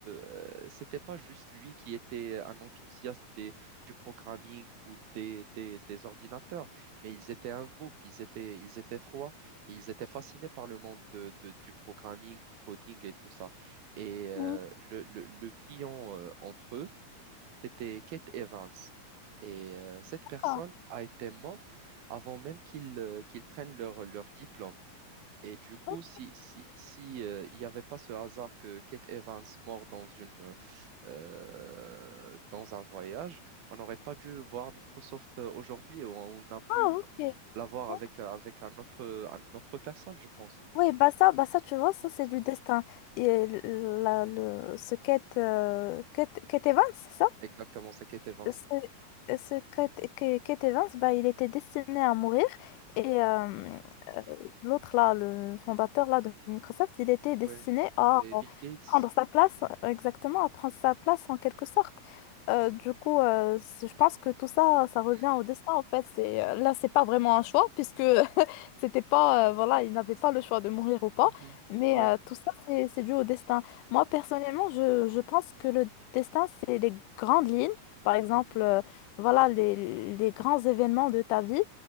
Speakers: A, on the right; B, on the left.
A: euh, c'était pas juste lui qui était un enthousiaste des- du programming ou des, des, des ordinateurs, mais ils étaient un groupe, ils étaient, ils étaient trois, et ils étaient fascinés par le monde de- de- du programming, du coding et tout ça. Et euh,
B: Mhm.
A: le, le, le brillant euh, entre eux, c'était Kate Evans. Et euh, cette
B: D'accord.
A: personne a été morte avant même qu'ils euh, qu'ils prennent leur, leur diplôme. Et du coup,
B: Oh,
A: si, si, si, euh, il n'y avait pas ce hasard que Kate Evans mort dans une, euh, dans un voyage, on n'aurait pas dû voir Microsoft euh, aujourd'hui. On a pu
B: Ah,
A: l-
B: ok.
A: l'avoir
B: Ok.
A: avec, euh, avec un autre, un autre personne, je pense.
B: Oui, bah ça, bah ça, tu vois, ça, c'est du destin. Et l- la, le, ce Kate, euh, Kate, Kate Evans, c'est ça?
A: Exactement, c'est Kate Evans.
B: ce, ce Kate- que- Kate Evans, bah, il était destiné à mourir. Et euh, euh, l'autre, là, le fondateur là, de Microsoft, il était destiné
A: Ouais,
B: à
A: c'est
B: euh,
A: Bill Gates.
B: prendre sa place, euh, exactement, à prendre sa place en quelque sorte. Euh, du coup, euh, c- je pense que tout ça,
A: <coughs>
B: ça revient au destin, en fait. C'est, euh, là, c'est pas vraiment un choix, puisque c'était pas, euh, voilà, ils n'avaient pas le choix de mourir ou pas,
A: Mhm.
B: mais
A: Ouais.
B: euh, tout ça, c'est, c'est dû au destin. Moi, personnellement, je, je pense que le destin, c'est les grandes lignes, par exemple,
A: Mhm.
B: euh, voilà, les, les grands événements de ta vie